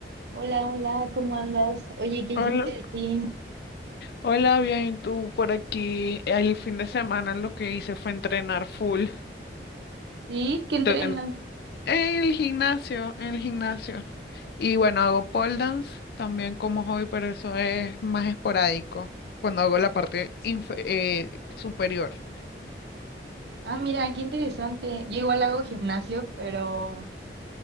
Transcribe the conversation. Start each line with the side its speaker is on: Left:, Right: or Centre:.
Right: Hola, hola, ¿cómo andas? Oye, ¿qué hiciste
Left: Hola,
Right: el fin?
Left: hola, bien, ¿y tú por aquí? El fin de semana lo que hice fue entrenar full.
Right: ¿Sí? ¿Qué entrenas?
Left: Entren- En el gimnasio, en el gimnasio. Y bueno, hago pole dance también como hobby, pero eso es más esporádico, cuando hago la parte infe- eh, superior.
Right: Ah, mira, qué interesante. Yo igual hago gimnasio, pero